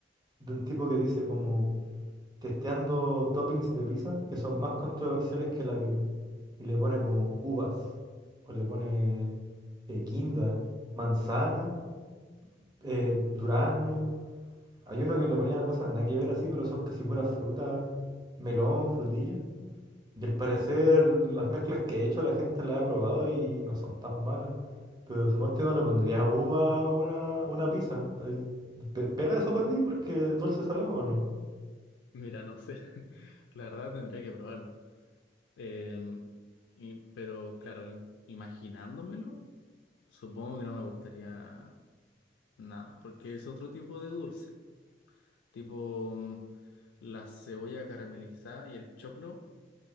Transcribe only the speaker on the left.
Mira, no sé. <laughs> La verdad tendría que probarlo. Em, y- pero claro, im- imaginándomelo, supongo que no me gustaría nada, porque es otro tipo de dulce, tipo mm, la cebolla caramelizada y el choclo,